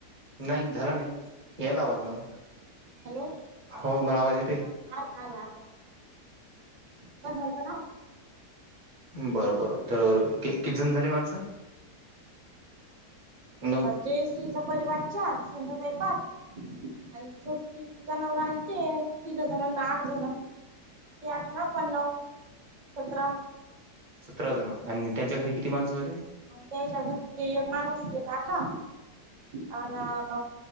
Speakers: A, on the right (about 35°); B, on the right (about 80°).
A: नाही झालं नाही यायला आवाज मला
B: हॅलो.
A: हो मला आवाज येते
B: चाल आता पण झालत ना.
A: बर बर तर किती जण झाले माणसं. नऊ
B: जयश्रीचा परिवार चार संध्याताळी पाच आणि छोटी तिं नवर आणते तिघ जणांना आठ जण तेठरा पणव सतरारा
A: सतरा जण आणि त्यांच्या घरी किती माणसं होते
B: त्याच्या घर ते एक माणूस काठा अ